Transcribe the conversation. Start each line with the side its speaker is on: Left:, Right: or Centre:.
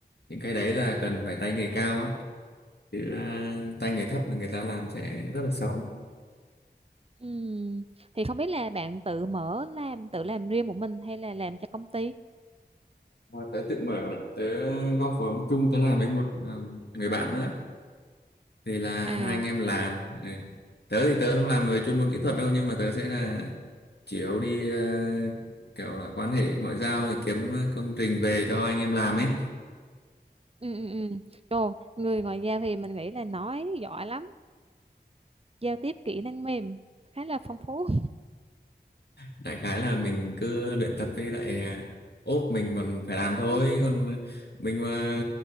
Left: những cái đấy là cần phải tay nghề cao ấy chứ ờ, tay nghề thấp là người ta làm sẽ rất là xấu
Right: Ừm, Thì không biết là bạn tự mở làm tự làm riêng một mình hay là làm cho công ty?
Left: Mà tớ tự mở bạn ạ. tớ góp vốn chung tớ làm với một ờ, người bạn nữa thì là
Right: À,
Left: hai anh em làm Đấy. tớ thì tớ không làm về chuyên môn kỹ thuật đâu nhưng mà tớ sẽ là chủ yếu đi ờ, kiểu là quan hệ ngoại giao kiếm công trình về cho anh em làm ấy
Right: ừ ừ ừ. Trời, người ngoại giao thì mình nghĩ là nói giỏi lắm, giao tiếp kỹ năng mềm khá là phong phú.
Left: đại khái là mình cứ luyện tập với lại à, ốp mình còn phải làm thôi còn mình mà